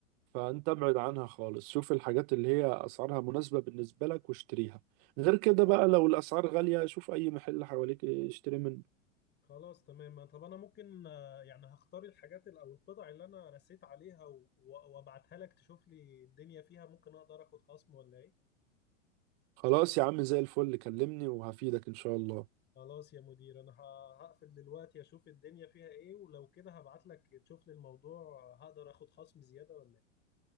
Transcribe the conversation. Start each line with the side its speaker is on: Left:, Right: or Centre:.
Right: فانت ابعد عنها خالص شوف الحاجات اللي هي اسعارها مناسبة بالنسبة لك واشتريها غير كده بقى لو الاسعار غالية شوف اي محل حواليك اشتري منه
Left: خلاص تمام طب انا ممكن آه، يعني هختار الحاجات ال- او القطع اللي انا رسيت عليها و- و- وابعتها لك تشوف لي الدنيا فيها ممكن اقدر اخد خصم ولا ايه
Right: خلاص يا عم زي الفل كلمني وهفيدك ان شاء الله
Left: خلاص يا مدير انا ه- هقفل دلوقتي اشوف الدنيا فيها ايه ولو كده هبعت لك تشوف لي الموضوع هقدر اخد خصم زيادة ولا ايه